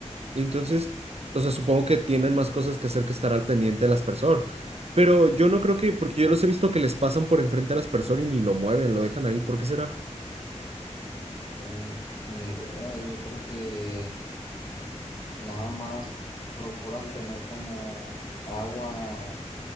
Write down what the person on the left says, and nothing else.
Mm, ni idea, yo creo que nada más procuran tener como agua